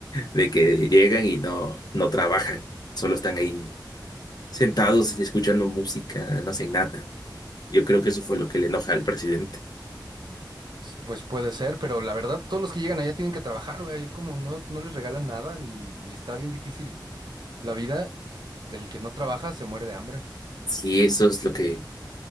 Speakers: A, on the left (about 55°); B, on the right (about 65°).
A: de que llegan y no, no trabajan, solo están ahí sentados escuchando música, no hacen nada. Yo creo que eso fue lo que le enoja al presidente.
B: S- Pues puede ser, pero la verdad, todos los que llegan allá tienen que trabajar, güey. Como no, no les regalan nada ni, y está bien difícil. La vida, el que no trabaja se muere de hambre.
A: Sí, eso es lo que